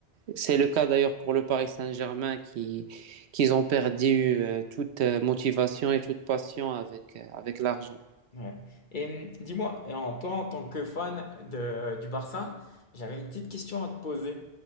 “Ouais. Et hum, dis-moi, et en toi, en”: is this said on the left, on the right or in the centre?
Left